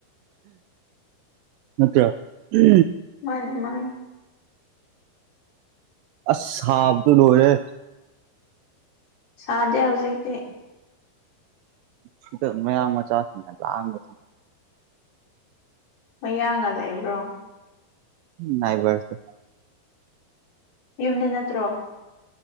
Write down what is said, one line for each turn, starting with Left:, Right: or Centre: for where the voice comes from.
Right: ꯅꯠꯇ꯭ꯔ ꯎ
Left: ꯃꯥꯅꯤ ꯃꯥꯅꯤ
Right: ꯑꯁꯁꯕꯗꯨ ꯂꯔꯦ
Left: ꯁꯥꯗꯦ ꯍꯧꯖꯤꯛꯇꯤ
Right: ꯁꯤꯗ ꯃꯌꯥꯝ ꯃꯆꯥꯁꯤꯡꯅ ꯂꯥꯛꯑꯒ
Left: ꯃꯌꯥꯒ ꯂꯩꯕ꯭ꯔꯣ
Right: ꯅꯕꯔꯁꯨ
Left: ꯌꯨꯝꯗ ꯅꯠꯇ꯭ꯔꯣ